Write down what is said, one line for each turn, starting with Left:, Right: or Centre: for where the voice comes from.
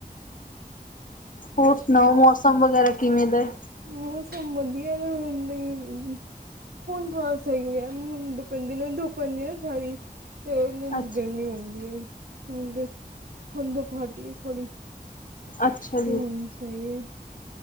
Left: ਹੋਰ ਸੁਨਾਔ ਮੌਸਮ ਵਗੈਰਾ ਕਿਵੇਂ ਦੇ?
Right: ਮੌਸਮ ਵਧੀਆ ਜਾ ਹੋਂਦਾ ਇ ਨੀ। ਹੁਣ ਥੋਰਾ ਸ ਈ ਐ ਤੁਪ <unintelligible> ਪੈਦੀ ਨਾ ਸਾਰੀ ਤੇ ਔਹ ਦਿਨ
Left: ਅੱਛਾ
Right: ਗਰਮੀ ਹੁੰਦੀ ਏ, ਹੁਣ ਤੇ, ਹੁਨ ਤੇ ਪਾਰਟੀ ਏ ਸਾਡੀ ਤੇ <unintelligible>
Left: ਅੱਛਾ ਜੀ
Right: ਹੁਣ ਸ ਈ ਏ